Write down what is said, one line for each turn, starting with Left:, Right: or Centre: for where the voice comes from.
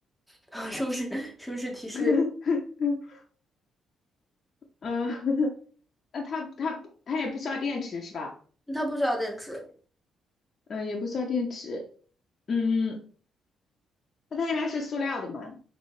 Centre: <laughs> 是不是？是不是提示？
Left: <laughs> 嗯，<laughs> 那它它不它也不需要电池是吧？
Centre: 它不需要电池。
Left: 嗯、呃也不需要电池。嗯，那它应该是塑料的吗？